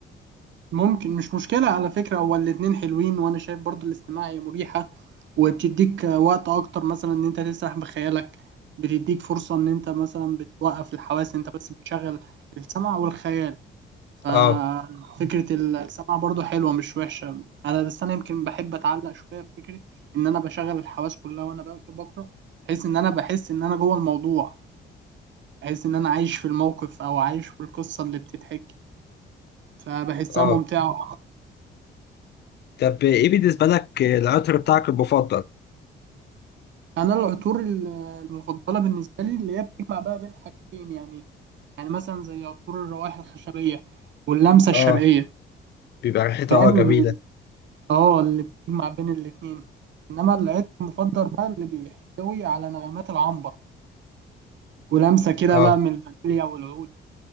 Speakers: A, on the right; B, on the left.
A: ممكن مش مشكلة على فكرة هو الاتنين حلوين وأنا شايف برضو الاستماع هي مريحة وبتديك وقت أكتر مثلا إن أنت تسرح بخيالك بتديك فرصة إن أنت مثلا بتوقف الحواس أنت بس بتشغل السمع والخيال ففكرة
B: أه
A: السمع برضو حلوة مش وحشة أنا بس أنا يمكن بحب أتعلق شوية بفكرة إن أنا بشغل الحواس كلها وأنا ب- بقرأ بحيث إن أنا بحس إن أنا جوه الموضوع بحيث إن أنا عايش في الموقف أو عايش في القصة اللي بتتحكي فبحسها
B: أه
A: ممتعة
B: طب إيه بالنسبة لك العطر بتاعك المفضل؟
A: انا العطور ال- المفضله بالنسبه لي اللي هي بتجمع بقى بين حاجتين يعني يعني مثلا زي عطور الروائح الخشبيه واللمسه الشرقيه
B: اه بيبقى ريحتها
A: فاهم
B: اه جميله
A: ال- اه اللي بتجمع بين الاتنين انما العطر المفضل بقى اللي بيحتوي على نغمات العنبر ولمسه كده
B: اه
A: بقى من الفانيليا والعود